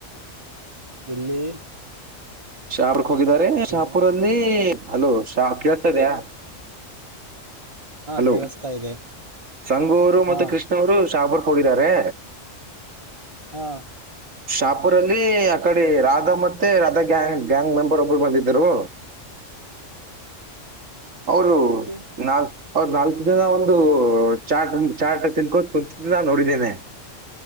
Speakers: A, on the right; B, on the right.
A: ಎಲ್ಲಿ
B: ಶಾಪುರ್ಕ್ ಹೋಗಿದಿದ್ದಾರೆ
A: ಹಲೋ
B: ಶಾಪುರನ್ನಲೀ ಹಲೋ ಶಾ ಕೇಳ್ತಾ ಇದ್ದೀಯಾ
A: ಹಾ
B: ಹಲೋ
A: ಕೇಳಿಸ್ತಾ ಇದೆ
B: ಸಂಗೂಅವರು ಮತ್ತೆ
A: ಹಾ
B: ಕೃಷ್ಣ ಅವರು ಶಾಪುರಕ ಹೋಗಿದ್ದಾರೆ.
A: ಹಾ
B: ಶಾಪುರ್ ಅಲ್ಲಿ ಆ ಕಡೆ ರಾಧಾ ಮತ್ತೆ ರಾಧಾ ಗ್ಯಾಂಗ್ ಗ್ಯಾಂಗ್ ಮೆಂಬರ್ ಒಬ್ರು ಬಂದಿದ್ದರು. ಅವರು
A: ಕೆ
B: ನಾಲ್ ಅವರ್ ನಾಲ್ಕು ಜನಾ ಒಂದು ಚಾಟ್ ಚಾಟ ತಿನ್ಕೋತ್ ಕುಂತ ನಾ ನೋಡಿದ್ದೇನಿ